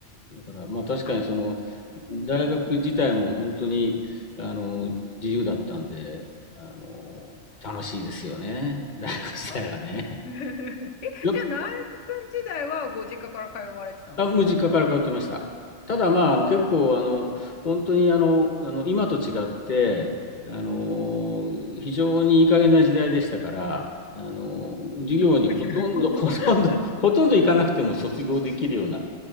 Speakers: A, on the left; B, on the left.
A: だから、まあ確かにその、
B: 圧倒的に。
A: 大学自体も本当に、
B: うん
A: あの、自由だったんで、あの、楽しいですよね。大学自体はね。
B: あ <laughs> え、じゃあ、
A: や、
B: ナイル君時代はご実家から通われてたんですか
A: あ、もう実家から通ってました。ただまあ、あの結構あの本当にあの、
B: ああ、うん。
A: あの今と違ってあの非常にいい加減な時代でしたからあの授業にほとんど
B: どういうこと
A: <laughs> ほとんどほとんど行かなくても卒業できるような
B: <laughs>